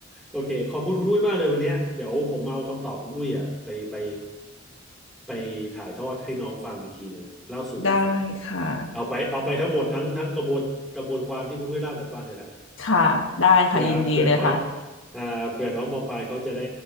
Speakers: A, in the centre; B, on the left.
A: โอเคขอบคุณคุณอุ้ยมากเลยวันเนี้ยเดี๋ยวผมเอาคำตอบคุณอุ้ยอ่ะไปไปไปถ่ายทอดให้น้องฟังอีกทีหนึ่งเล่าสู่กันฟัง
B: <laughs> ได้ค่ะ
A: เอาไปเอาไปทั้งหมดทั้งทั้งกระบวนกระบวนความที่คุณอุ้ยเล่าผมฟังเลยแหละ
B: ค่ะได้ค่ะยินดีเลยค่ะ
A: เผื่อเผื่อน้องอ่าเผื่อน้องมปลายเขาจะได้